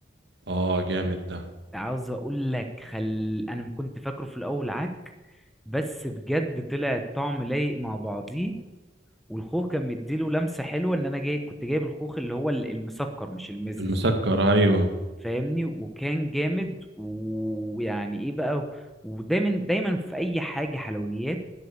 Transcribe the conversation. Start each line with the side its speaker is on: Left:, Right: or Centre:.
Right: اه جامد ده
Centre: عاوز اقول لك خل انا كنت فاكره في الاول عك بس بجد طلع الطعم لايق مع بعضيه والخوخ كان مديله لمسه حلوه ان انا جاي كنت جايب الخوخ اللي هو ال- المسكر مش المزز
Right: المسكر ايوه
Centre: فاهمني وكان جامد ويعني ايه بقى ودايما دايما في اي حاجه حلويات